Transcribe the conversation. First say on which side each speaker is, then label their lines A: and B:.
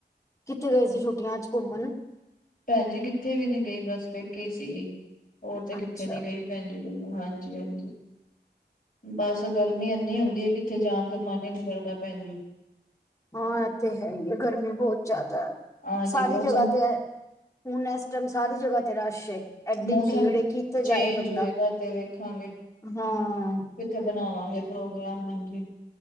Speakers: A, on the left; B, on the left.
A: ਕਿੱਥੇ ਗਏ ਸੀ ਛੁੱਟੀਆਂ 'ਚ ਘੁੰਮਣ?
B: ਭੈਣਜੀ ਕਿੱਥੇ ਵੀ ਨੀ ਗਈ, ਬਸ ਪੇਕੇ ਸੀਗੀ ਹੋਰ ਤੇ ਕਿੱਥੇ
A: ਅੱਛਾ
B: ਨੀ ਗਈ। ਭੈਣਜੀ ਕੰਨੋਂ ਹਾਂਜੀ- ਹਾਂਜੀ। ਬਸ ਗਰਮੀ ਇੰਨੀ ਹੁੰਦੀ ਐ, ਕਿੱਥੇ ਜਾਣ ਤੇ ਮਨ ਈ ਨੀ ਕਰਦਾ ਭੈਣਜੀ।
A: ਹਾਂ, ਇਹ ਤੇ ਹੈ ਈ ਏ ਗਰਮੀ ਬਹੁਤ ਜ਼ਿਆਦਾ,
B: ਹਾਂਜੀ
A: ਸਾਰੀ
B: ਮੌਸਮ
A: ਜਗਾਂ ਤੇ ਐ ਹੁਣ ਐਸ ਟਾਇਮ ਸਾਰੀ ਜਗਾਂ ਤੇ ਰਸ਼ ਏ। ਐਡੀ
B: ਮੌਸਮ
A: ਭੀੜ ਕਿੱਥੇ
B: ਚੇਂਜ
A: ਜਾਏ ਬੰਦਾ,
B: ਹੋਏਗਾ ਤੇ ਵੇਖਾਂਗੇ
A: ਹੂੰ।
B: ਕਿੱਥੇ ਬਣਾਵਾਂਗੇ ਪ੍ਰੋਗਰਾਮ ਹਾਂਜੀ,